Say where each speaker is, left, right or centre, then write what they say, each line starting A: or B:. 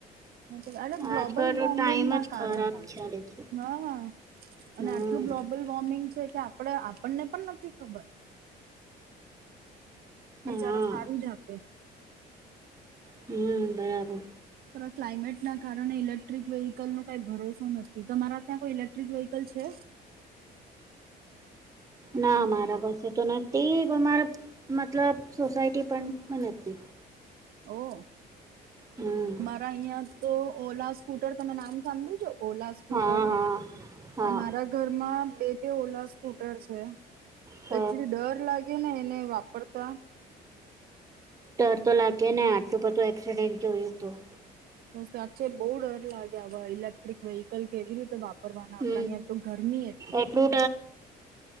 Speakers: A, on the right; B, on the right.
A: હા તો આલાં ગ્લોબલ
B: આજકાલ તો
A: વોર્મિંગ
B: ટાઈમ
A: ના
B: જ
A: કારણે
B: ખરાબ
A: હું
B: ચાલે છે
A: નહ અને
B: હમ
A: આટલું ગ્લોબલ વોર્મિંગ છે કે આપ આપણો આપણને પણ નથી ખબર. બેચારા
B: હા
A: સારું જ આપે.
B: હમ્મ. બરાબર.
A: પર આ ક્લાઇમેટના કારણે ઈલેક્ટ્રિક વ્હીકલનો કાંઈ ભરોસો નથી. તમારા ત્યાં કોઈ ઇલેક્ટ્રિક વ્હીકલ છે?
B: ના મારા પાસે તો નથી પણ મારા મતલબ સોસાયટી પણ નથી.
A: ઓહ.
B: હમ
A: મારા અહિયાં તો ઓલા સ્કૂટર તમે નામ સાંભળ્યું છે? ઓલા સ્કૂટર
B: હા
A: નું.
B: હા હા
A: એ મારા ઘરમાં બે-બે ઓલા સ્કૂટર છે.
B: હ
A: એટલી ડર લાગે ને. ને વાપરતા.
B: ડર તો લાગે ને આટલું બધું એક્સિડેન્ટ જોયું તું.
A: તો સાચે બહુ ડર લાગે આવા ઈલેક્ટ્રિક વ્હીકલ કલ કેવી રીતે વાપરવાના
B: હમ
A: આપણા અહિયાં તો ગરમી એટલી.
B: એટલું